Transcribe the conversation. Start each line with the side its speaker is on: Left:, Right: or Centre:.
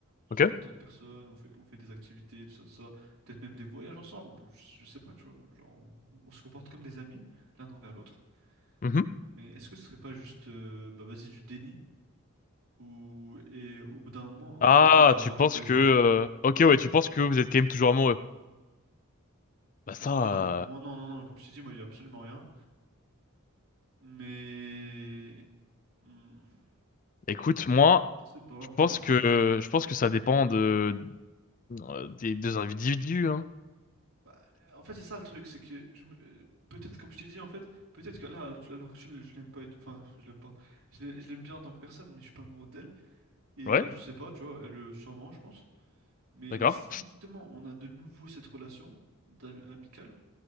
Right: on
Left: Ok?
Right: se voit avec d'autres personnes, on fait, on fait des activités, tout ça, tout ça, peut-être même des voyages ensemble, je, je sais pas, tu vois, genre, on, on se comporte comme des amis, l'un envers l'autre.
Left: Mhm.
Right: Mais est-ce que ce serait pas juste, euh, bah vas-y, du déni, ou, et au bout d'un moment,
Left: Ah,
Right: un des deux va
Left: tu
Right: retomber,
Left: penses que...
Right: tu vois?
Left: euh, Ok, ouais, tu penses que vous êtes quand même toujours amoureux. Bah ça,
Right: Moi non, moi
Left: euh,
Right: non, non, non, comme je t'ai dit, moi il y a absolument rien. Mais hmm,
Left: écoute, moi,
Right: je sais pas en
Left: je
Right: fait.
Left: pense que je pense que ça dépend de euh, des deux individus, hein.
Right: Bah, euh, en fait c'est ça le truc, c'est que je me- euh, peut-être comme je t'ai dit en fait, peut-être que là à l'heure à l'heure actuelle je l'aime pas et tout. Enfin je l'aime pas. Je l'ai- je l'aime bien en tant que personne, mais je suis pas amoureux d'elle. Et
Left: Ouais,
Right: elle je sais pas, tu vois, elle euh, sûrement je pense. Mais
Left: d'accord.
Right: si justement on a de nouveau cette relation d'ami- amicale,